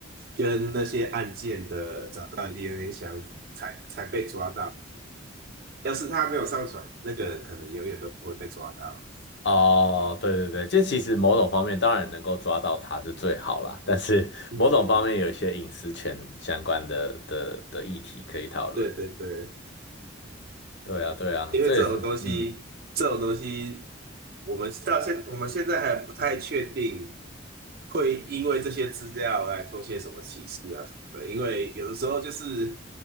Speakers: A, on the right (about 50°); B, on the left (about 65°).
A: 跟那些案件的找到 DNA 相符，才才被抓到。要是他没有上传，那个人可能永远都不会被抓到。
B: 哦，对对对，这其实某种方面当然能够抓到他是最好啦，但是 <laughs>
A: 嗯嗯嗯，
B: 某种方面有一些隐私权相关的的的议题可以讨论。
A: 对对对，
B: 对啊，对啊，
A: 因为这种东西，
B: 这也是嗯，
A: 这种东西，我们到现我们现在还不太确定，会因为这些资料来做些什么歧视啊什么的。因为有的时候就是，